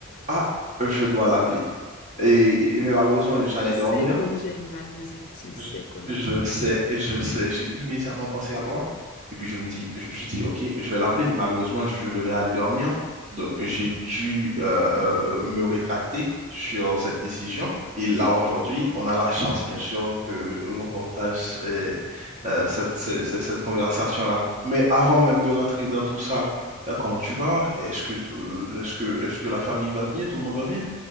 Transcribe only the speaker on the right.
ah, je dois l'appeler. Et, et, et malheureusement, j'allais
dormir.
Je,
je
sais,
je sais, j'ai immédiatement pensé à toi. Et puis je me dis, je me suis dit, ok, je vais l'appeler, mais malheureusement, je, je devais aller dormir. Donc j'ai dû euh, euh, me rétracter sur cette décision. Et là, aujourd'hui, on a la chance, bien sûr, que l'on partage euh, euh, cette, ce- ce- cette conversation-là. Mais avant même de rentrer dans tout ça, euh, comment tu vas? Est-ce que, t- euh, est-ce que, est-ce que la famille va bien? Tout le monde va bien?